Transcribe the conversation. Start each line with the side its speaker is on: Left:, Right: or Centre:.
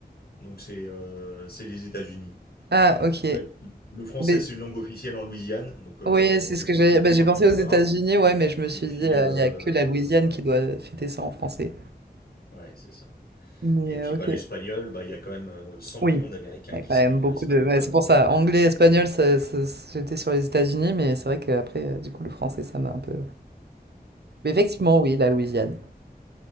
Left: donc c'est euh, c'est les États-Unis.
Right: Ah, ok.
Left: En fait, le français,
Right: Mais
Left: c'est une langue officielle en Louisiane, donc euh,
Right: ouais,
Left: bon,
Right: c'est
Left: il
Right: ce
Left: y a
Right: que
Left: peut-être
Right: j'ai.
Left: dix pour
Right: bah, j'ai
Left: cent
Right: pensé
Left: qui le
Right: aux États-Unis,
Left: parlent.
Right: ouais, mais je me suis
Left: Et puis
Right: dit, euh,
Left: euh,
Right: il y a que la Louisiane
Left: voilà,
Right: qui doit fêter ça en français.
Left: ouais, c'est ça.
Right: Mais
Left: Et puis
Right: euh, ok.
Left: bah l'espagnol, bah il y a quand même euh, 100 millions
Right: Oui,
Left: d'Américains
Right: il y
Left: qui
Right: a quand
Left: sont
Right: même beaucoup
Left: euh, hispanophones.
Right: de. ouais, c'est
Left: hein.
Right: pour ça, anglais, espagnol, ça- ça- j'étais sur les États-Unis, mais c'est vrai qu'après, euh, du coup, le français, ça m'a un peu. Mais effectivement, oui, la Louisiane,